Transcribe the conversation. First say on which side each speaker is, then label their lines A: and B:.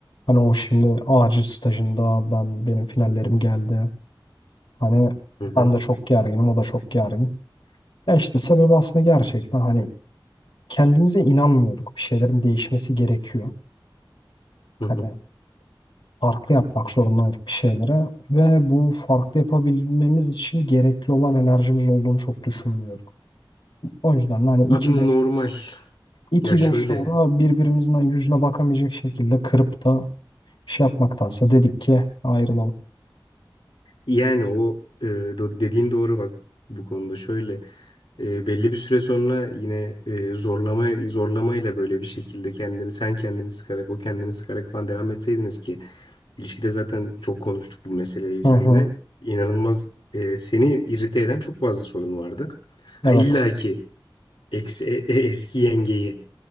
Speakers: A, on the left; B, on the left.
A: Hani o şimdi acil stajında ben benim finallerim geldi hani
B: Hı hı.
A: ben de çok gerginim o da çok gergin. Ya işte sebebi aslında gerçekten hani kendimize inanmıyorduk. Bir şeylerin değişmesi gerekiyor.
B: Hı hı.
A: Hani farklı yapmak zorundaydık bir şeylere ve bu farklı yapabilmemiz için gerekli olan enerjimiz olduğunu çok düşünmüyorduk. O yüzden de hani
B: Abi
A: iki gün
B: normal.
A: iki
B: Ya şöyle
A: gün sonra birbirimizin hani yüzüne bakamayacak şekilde kırıp da şey yapmaktansa dedik ki ayrılalım.
B: yani o e, do- dediğin doğru bak bu konuda şöyle. e, belli bir süre sonra yine e, zorlama zorlamayla böyle bir şekilde kendini sen kendini sıkarak o kendini sıkarak falan devam etseydiniz ki ilişkide zaten çok konuştuk bu meseleyi
A: Hı
B: seninle.
A: hı.
B: İnanılmaz e, seni irite eden çok fazla sorun vardı. Ha
A: Evet.
B: illa ki eksi, e- e- eski yengeyi